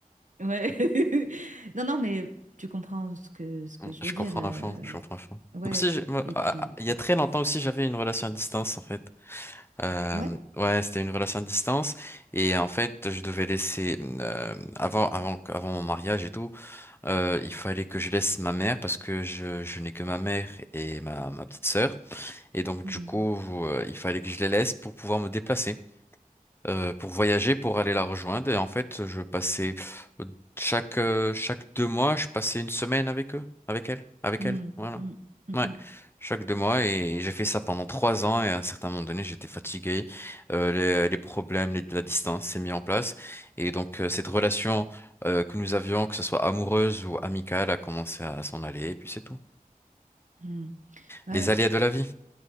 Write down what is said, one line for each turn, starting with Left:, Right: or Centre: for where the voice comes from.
Right: Ouais. <laughs> Non, non, mais tu comprends ce que, ce que je
Left: Je
Right: veux
Left: comprends
Right: dire. euh,
Left: à fond. Je comprends à fond.
Right: ouais.
Left: Moi aussi, j'ai- moi,
Right: Et
Left: ah,
Right: puis,
Left: ah, il y a très longtemps aussi, j'avais une relation à distance, en fait. Euh,
Right: ouais.
Left: ouais, c'était une relation à distance. Et en fait, je devais laisser, mmh, euh, avant, avant, avant mon mariage et tout. Euh, il fallait que je laisse ma mère parce que je, je n'ai que ma mère et ma, ma petite sœur. Et donc,
Right: Mhm.
Left: du coup, euh, il fallait que je les laisse pour pouvoir me déplacer euh, pour voyager, pour aller la rejoindre. Et en fait, je passais euh, chaque euh, chaque deux mois, je passais une semaine avec eux, avec elle, avec
Right: Mm,
Left: elle. Voilà.
Right: mm, mm,
Left: Ouais.
Right: mm,
Left: Chaque deux mois et j'ai fait ça pendant trois ans et à un certain moment donné j'étais fatigué, Euh, les, les problèmes, les- la distance s'est mis en place et donc euh, cette relation euh, que nous avions, que ce soit amoureuse ou amicale, a commencé à s'en aller et puis c'est tout.
Right: mm, mm. Ouais,
Left: Les aléas de la vie,